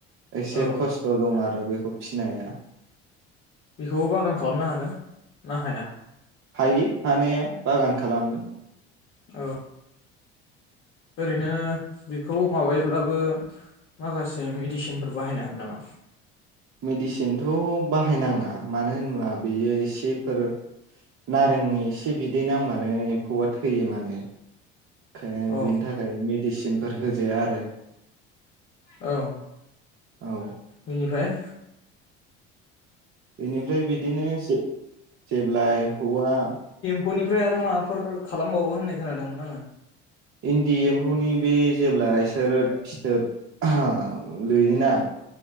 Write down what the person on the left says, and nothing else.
औ
बेखौबो बागान खालामनो हागोन ना हाया?
औ ओरैनो बेखौ माबायोब्लाबो माखासे मेडिसिनफोर बाहायनांगोन नामा?
अ
औ
बेनिफ्राय
<unintelligible> निफ्राय आरो माबाफोर खालामबावो होननाय खोनादोंमोन आङो